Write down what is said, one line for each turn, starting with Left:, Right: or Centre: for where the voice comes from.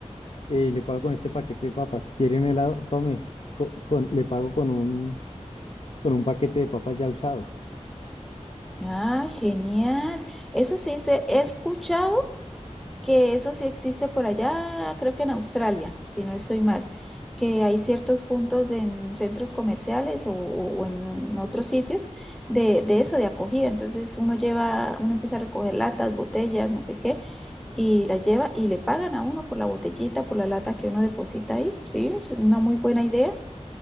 Left: eh, le pago con este paquete de papas. ¿Quiere un helado? Tome. co- con- le pago con un, con un paquete de papas ya usado.
Centre: Ah, genial. Eso sí se he escuchado que eso sí existe por allá, creo que en Australia, si no estoy mal, que hay ciertos puntos de- en centros comerciales o, o- o en otros sitios de, de eso, de acogida. Entonces uno lleva, uno empieza a recoger latas, botellas, no sé qué, y las lleva y le pagan a uno por la botellita, por la lata que uno deposita ahí. Sí, es una muy buena idea.